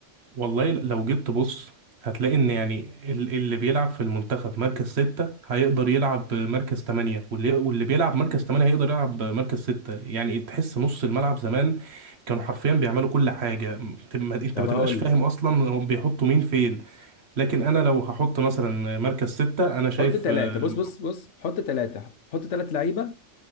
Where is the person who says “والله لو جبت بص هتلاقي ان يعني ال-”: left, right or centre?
Right